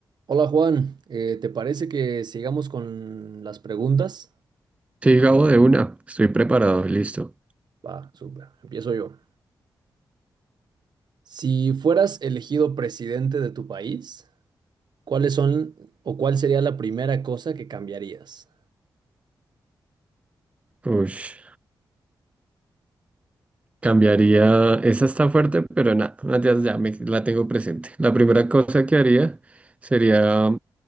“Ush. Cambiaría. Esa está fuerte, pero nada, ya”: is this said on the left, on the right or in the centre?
Right